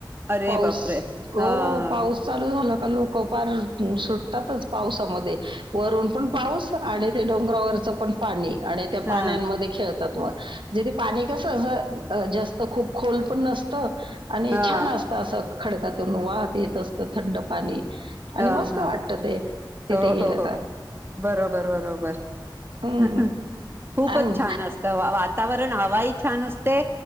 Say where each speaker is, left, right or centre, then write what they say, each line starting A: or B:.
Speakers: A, on the right; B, on the right.
A: अरे
B: पाऊस
A: बापरे
B: ओ
A: हा हा
B: पाऊस चालू झाला का लोक पार <unintelligible> सुटताच पावसामध्ये वरून पण पाऊस आणि ते डोंगरावरच पण पाणी आणि त्या
A: हा
B: पाण्यांमध्ये खेळतात म जे ते पाणी कसं असं जास्त खूप खोल पण नसत. आणि
A: हा
B: छान असत असं खडकातून वाहत येत असत थंड पाणी आणि
A: हा
B: मस्त
A: हा
B: वाटत ते तिथे
A: हो
B: गेलं
A: हो
B: का.
A: हो, बरोबर बरोबर
B: तर हं.
A: खूपच
B: अं,
A: छान असतं. वातावरण हवा ही छान असते.